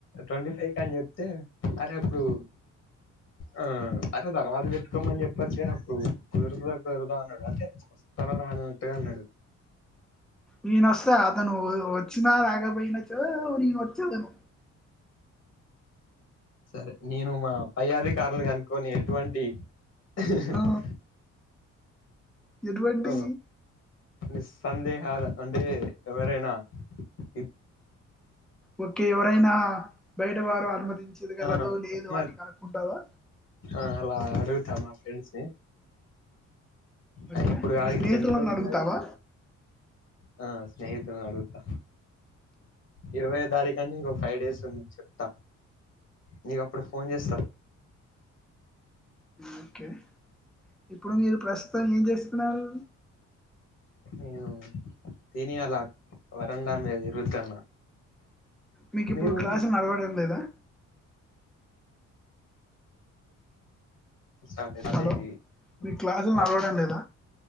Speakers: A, on the left (about 55°); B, in the centre.
A: ట్వంటీ ఫైవ్ అని చెప్తే అరే అప్పుడు ఆ అరే తర్వాత పెట్టుకోమని చెప్పొచ్చ అప్పుడు కుదురుతుందా కుదరదా అన్నాడు అదే తన రాను ఆనటుగా అన్నాడు
B: నేన వస్తా అతను వ వచ్చినా రాకపోయినా చో నేను వచ్చేదను
A: సరే నేను మా పై అధికారులు కనుకొని ఎటువంటి <unintelligible>
B: ఆ ఎటువంటి
A: ఆ నిస్సందేహాలు అంటే ఎవరైనా ఇ
B: ఓకే ఎవరైనా బయట వారు అనుమతి చెదగలరో
A: ఆ
B: లేదో
A: మరి
B: అని కనుక్కుంటావా
A: ఆ అలా అడుగుతా మా ఫ్రెండ్స్ ని
B: ఓకే
A: అ ఇప్పుడు
B: మీ
A: కాదు
B: స్నేహితులను
A: ఇంకెంన్ని రోజులు
B: అడుగుతావా
A: ఉన్నది ఆ స్నేహితులను అడుగుతా ఇరవై తారీఖు అంటే ఇంక ఒ ఫైవ్ డేస్ ఉంది చెప్తా నీకు అ ఇప్పుడు ఫోన్ చేస్తా
B: ఓకే ఇప్పుడు మీరు ప్రస్తుతం ఏం చేస్తున్నారు
A: నేను తిని అలా వరండా మీద తిరుగుతున్నా
B: మీకు ఇప్పుడు
A: మీరు
B: క్లాసులు నడవడం లేదా
A: స్టార్ట్ కాలే
B: హలో
A: ఇవి
B: మీ క్లాసులు
A: మా
B: నడవడం లేదా